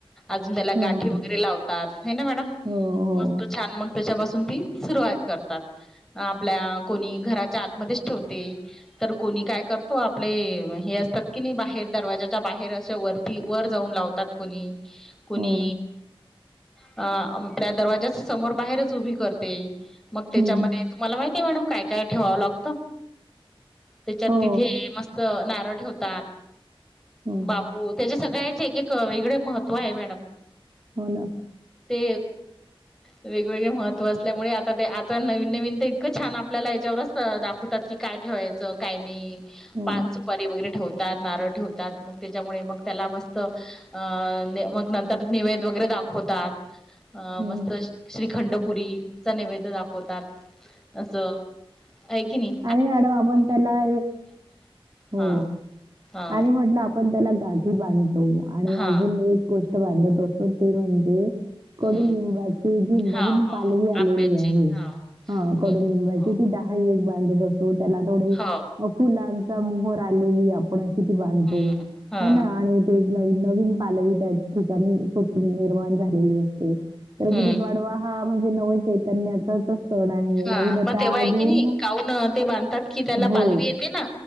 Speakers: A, in the centre; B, on the right.
A: अजून त्याला
B: हो
A: गाठी वगैरे लावतात हे ना मॅडम
B: हो
A: मस्त छान मग त्याच्यापासून ती सुरुवात करतात आपल्या कोणी घराच्या आतमध्येच ठेवते तर कोणी काय करतो आपले हे असतात की नाही बाहेर दरवाजाच्या बाहेर असे वरती वर जाऊन लावतात कोणी कोणी
B: हो हो हो
A: अ आपल्या दरवाज्या समोर बाहेरच उभी करते मग त्याच्यामध्ये
B: हम्म
A: तुम्हाला माहि ते मॅडम काय काय ठेवाव लागत त्याच्यात
B: हो
A: तिथे मस्त नारळ ठेवतात
B: हो
A: बापू त्याच्या सगळ्याचे एक एक वेगळे महत्त्व आहे मॅडम
B: हो ना
A: ते वेगवेगळे महत्व असल्यामुळे आता ते तर नवीन नवीन तर इतकं छान आपल्याला याच्यावरच दाखवतात की, काय ठेवायचं काय नाही-
B: हो
A: पाणस परे वगैरे ठेवते नारळ ठेवतात, म त्याच्यामुळे मग त्याला मस्त नर नैवध वगैरे- दाखवतात, अ
B: हो
A: मस्त श्रीखंडपुरीचा नैवेद दाखवतात. असं आहे की नि-
B: आणि मॅडम आपण त्याला हो
A: हा हा
B: आणि म्हटलं आपण- त्याला गाठी बांधतो आणि
A: हा
B: अजूनी एक गोष्ट बांधत असतो ते म्हणजे-
A: हम्म
B: कडु लिंबाची जी नवीन
A: हा हा
B: पालवी आलेली
A: आंब्याचे
B: आहे
A: हा
B: हा कडुलिंबाची
A: हो हो
B: द एक बांध असो त्याला थोडे
A: हो
B: फुलांचा मोहर आलेली आपण <unintelligible> बांधतो
A: हम्म हा
B: ह ना आणि ते न नवीन पालवी त्या ठिकाणी निर्माण झालेली असते, तर
A: हम्म
B: गुढीपाडवा हा- म्हणजे नव चैतन्याचाच सण आहे,
A: हा
B: नवीन आता
A: मग तेव्हा आहे
B: घेऊन-
A: की नाही काऊन ते बांधतात की त्याला
B: हो,
A: पालवी येते ना